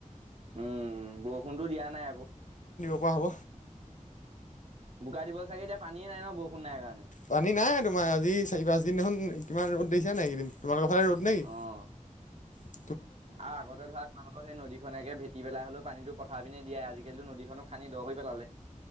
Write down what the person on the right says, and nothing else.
উম বৰষুণতো দিয়া নাই আকৌ
বোকা দিবলে চাগে পানীয়েই নাই ন বৰষুণ নাই কাৰনে?
অ',
আৰু আগতে ধৰা তোমালোকৰ সেই নদী খনেকে ভেটি পেলাই হলেও পানীটো উঠাই পিনে দিয়ে আজিকালিতো নদীখনো খানদি দহ কৰি পেলালে।